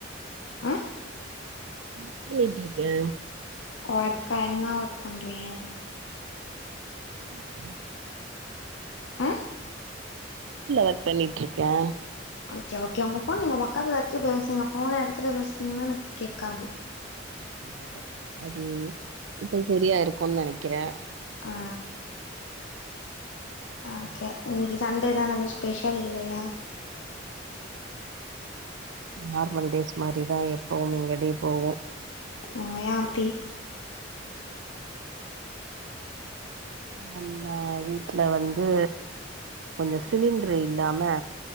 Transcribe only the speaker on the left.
ஆ
ஒர்க்கா என்ன ஒர்க் பண்றீங்க
ஆ
ஓகே ஓகே உங்க போன் நீங்க பக்கத்துல வச்சு பேசுங்க போன எடுத்துட்டு பேசுனீங்கன்னா எனக்கு கேக்காது
ஆ
ஆக்கே இன்னிகி சண்டேதான எதும் ஸ்பெஷல் இல்லையா
ஓ யா அப்டி